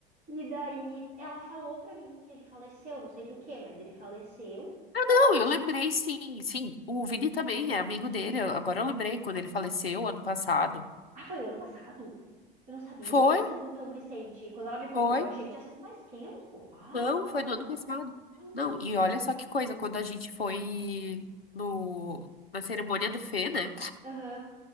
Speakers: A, on the right (about 25°); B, on the left (about 80°).
A: E daí ela falou pra mim que ele faleceu, não sei do que, mas ele faleceu.
B: Não, eu lembrei, sim, sim. O Vini também é amigo dele. eu- Agora eu lembrei quando ele faleceu ano passado.
A: Ah, foi o ano passado. Eu não sabia
B: Foi,
A: que tinha sido tão recente. Quando ela me contou,
B: foi.
A: eu achei que tinha sido mais tempo. Ah!
B: Não, foi no ano passado.
A: Ah,
B: Não, e
A: meu
B: olha só que
A: Deus.
B: coisa, quando a gente foi no, na cerimônia do Fê, né?
A: Aham,